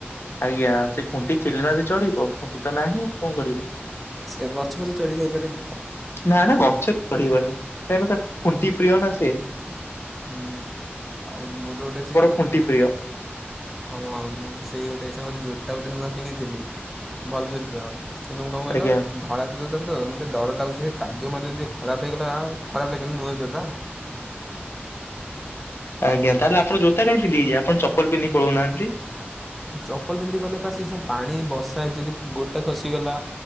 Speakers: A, on the left (about 70°); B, in the centre.
A: ଆଜ୍ଞା ସେ ଖୁଣ୍ଟି ଥିଲେ ନା ସିଏ ଚଢିବ ଖୁଣ୍ଟି ତ ନାହିଁ କଣ କରିବୁ।
B: ସେ ଗଛ ଫଛ ଚଢି ଯାଇପାରେ।
A: ନା ନା ଗଛରେ ଚଢିବନି କାହିଁକି ନା ତା ଖୁଣ୍ଟି ପ୍ରିୟ ନା ସିଏ।
B: ହୁଁ। ଆଉ ମୁଁ ତ ଗୋଟେ ସେଇ। <unintelligible>
A: ଖୁଣ୍ଟି ପ୍ରିୟ
B: ହଁ ହଁ ମୁଁ ତ ସେଇ ଗୋଟେ ସମୟରେ ଜୋତା ଗୋଟେ ନୂଆ କିଣିଥିଲି। ଭଲ ଜୋତା। କିନ୍ତୁ କଣ ମୁଁ କହିଲ
A: ଆଜ୍ଞା।
B: ଧଳା ଜୋତା ଟା ତ, ମତେ ଡର ଲାଗୁଛି ସେ କାଦୁଅ ମାଦୁଅ ଯଦି ଖରାପ ହେଇଗଲା, ଖରାପ ଲାଗିବ ନା ନୂଆ ଜୋତା ଟା।
A: ଆଜ୍ଞା। ତାହେଲେ ଆପଣ ଜୋତା କାହିଁକି ପନ୍ଧିକି ଯିବେ? ଆପଣ ଚପଲ ପିନ୍ଧିକି ପଳଉନାହାନ୍ତି।
B: ଚପଲ ପିନ୍ଧିକିି ଗଲେ ପା ସେ ସ ପାଣି ବର୍ଷା ହେଇଚି ଯଦି ଗୋଡ ଟା ଖସିଗଲା।